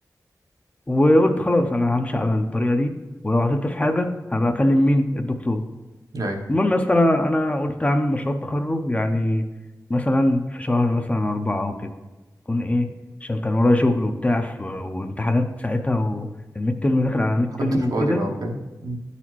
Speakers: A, on the left (about 20°); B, on the right (about 75°).
A: وقلت خلاص انا همشي على الطريقه دي ولو عطلت في حاجه هبقى اكلم مين الدكتور
B: ايوه
A: المهم يا اسطى انا انا قلت اعمل مشروع التخرج يعني مثلا في شهر مثلا اربعه او كده يكون ايه عشان كان ورايا شغل وبتاع ف- وامتحانات ساعتها والميد ترم داخل على ميد
B: كنتش
A: ترم وكده
B: فاضي بقى وكده مم.